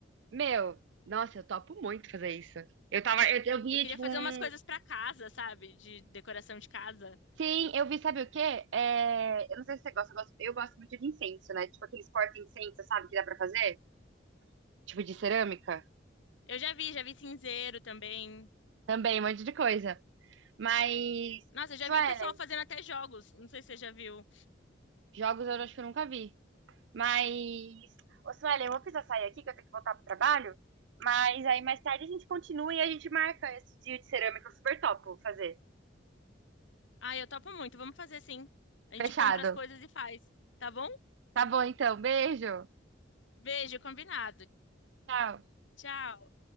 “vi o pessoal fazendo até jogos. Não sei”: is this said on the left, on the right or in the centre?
Left